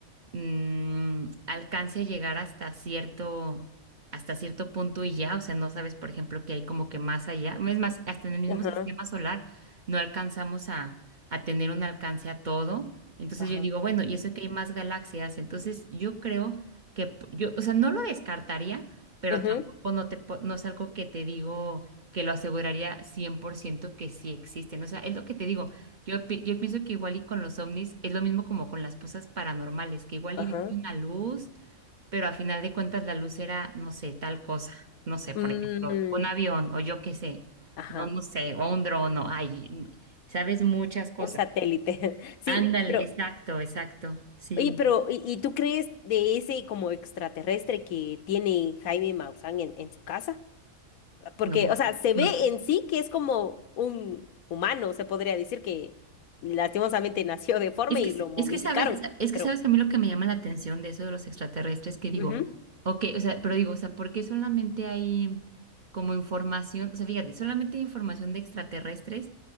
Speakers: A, on the right; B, on the left.
A: mm, alcance a llegar hasta cierto, hasta cierto punto y ya, o sea, no sabes, por ejemplo, que hay como que más allá, es más, hasta en el mismo
B: Ajá,
A: sistema solar no alcanzamos a, a tener un alcance a todo, entonces
B: ajá,
A: yo digo, bueno, y eso que hay más galaxias, entonces yo creo que p- yo, o sea, no lo descartaría, pero
B: ujú,
A: tampoco no te, po- no es algo que te digo que lo aseguraría 100% que sí existen. O sea, es lo que te digo. Yo, pi- yo pienso que igual y con los ovnis es lo mismo como con las cosas paranormales, que igual
B: ajá,
A: y viste una luz, pero a final de cuentas la luz era, no sé, tal cosa. No sé, por
B: mm,
A: ejemplo, un avión o yo qué sé.
B: ajá,
A: No, no sé, o un dron, o ay, sabes muchas cosas.
B: un satélite.
A: Sí.
B: <laughs> Sí,
A: Ándale,
B: pero,
A: exacto, exacto. Sí,
B: oye, pero, ¿y, y tú crees de ese como extraterrestre que tiene Jaime Maussan en, en su casa? Porque,
A: no.
B: o sea, se
A: no
B: ve en sí que es como un humano, se podría decir que lastimosamente <laughs> nació deforme
A: Es que,
B: y lo momificaron,
A: es que sabes, es
B: pero,
A: que sabes a mí lo que me llama la atención de eso de los extraterrestres, que digo,
B: ujú,
A: ok, o sea, pero digo, o sea, ¿por qué solamente hay como información? O sea, fíjate, solamente hay información de extraterrestres